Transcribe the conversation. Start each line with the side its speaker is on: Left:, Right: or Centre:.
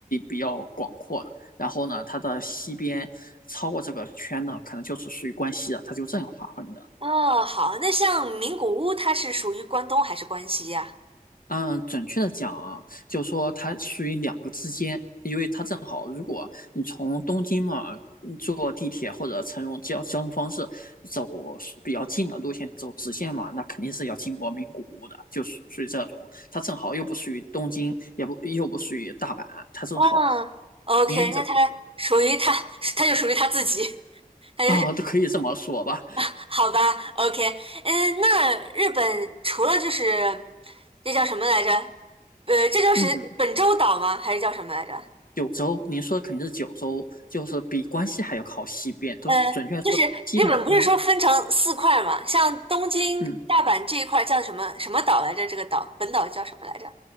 Left: 比较广阔的。然后呢，它的西边超过这个圈呢，可能就是属于关西了，它就这样划分的。
Right: 哦，好，那像名古屋，它是属于关东还是关西呀
Left: 嗯，准确的讲啊，就说它属于两个之间，因为它正好，如果你从东京嘛嗯坐地铁或者乘用交交通方式走比较近的路线走直线嘛，那肯定是要经过名古屋的，就属属于这种。它正好又不属于东京，也不又不属于大阪，它正好
Right: 哇，？OK，
Left: 边这
Right: 那它属于它，它就属于它自己，<laughs> 它就是
Left: 啊、都可以这么说吧。
Right: <laughs> 好吧，OK，嗯，那日本除了就是这叫什么来着？呃，这就是本州岛吗？
Left: 嗯，
Right: 还是叫什么来着？
Left: 九州，您说的肯定是九州，就是比关西还要靠西边，都是准确说是西南边。
Right: 呃，就是日本不是说分成四块儿吗？像东京、
Left: 嗯。
Right: 大阪这一块儿叫什么什么岛来着？这个岛本岛叫什么来着？